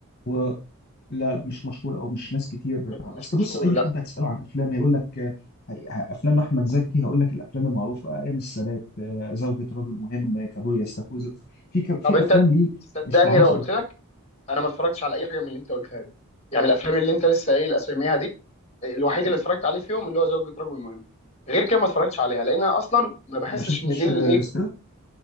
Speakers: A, on the left; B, on the left.
A: و... لا لا مش مشهور او مش ناس كتير
B: م-
A: تع-
B: مش
A: اصل
B: مشهور
A: بص اي
B: لا
A: حد هتساله عن افلام هيقول لك آه، هي- ه- افلام احمد زكي هقول لك الافلام المعروفه ايام السادات آه، زوجة رجل مهم آه، كابوريا استاكوزا في ك...
B: طب
A: في
B: انت
A: افلام ليه
B: صدقني
A: مش معروفه
B: لو قلت
A: قوي
B: لك انا ما اتفرجتش على اي حاجه من اللي انت قلتها دي يعني الافلام اللي انت لسه قايل اساميها دي الوحيد اللي اتفرجت عليه فيهم اللي هو زوجة رجل مهم غير كده ما اتفرجتش عليها لان انا اصلا ما بحسش
A: ما شفتش
B: ان دي الايه
A: آه، استا